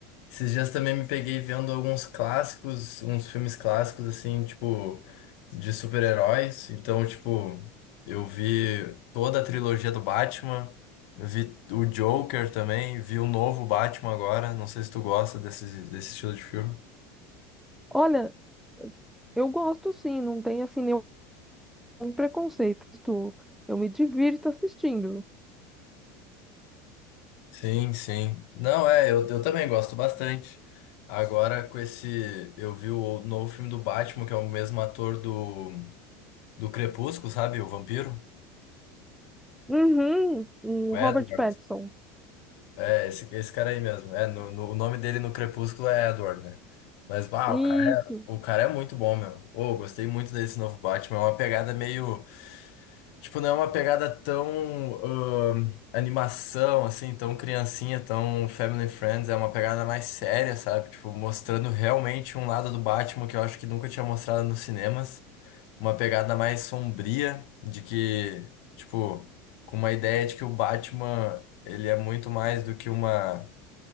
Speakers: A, on the left (about 65°); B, in the centre.
A: Esses dias também me peguei vendo alguns clássicos, uns filmes clássicos, assim, tipo, de super-heróis. Então, tipo, eu vi toda a trilogia do Batman, vi o Joker também, vi o novo Batman agora. Não sei se tu gosta desse, desse estilo de filme.
B: Olha, eu gosto sim, não tem assim nenhum preconceito. Isto, Eu me divirto assistindo.
A: Sim, sim. Não, é, eu, eu também gosto bastante. Agora, com esse. Eu vi o novo filme do Batman, que é o mesmo ator do, do Crepúsculo, sabe? O Vampiro,
B: Uhum, o
A: o Edward.
B: Robert Pattinson.
A: É, esse, esse cara aí mesmo. É, no, no- o nome dele no Crepúsculo é Edward, né? Mas, uau,
B: Isso.
A: o cara é, o cara é muito bom, meu. Ô, gostei muito desse novo Batman. É uma pegada meio. Tipo, não é uma pegada tão ahn, animação, assim, tão criancinha, tão family friends. É uma pegada mais séria, sabe? Tipo, mostrando realmente um lado do Batman que eu acho que nunca tinha mostrado nos cinemas. Uma pegada mais sombria, de que, tipo, com uma ideia de que o Batman, ele é muito mais do que uma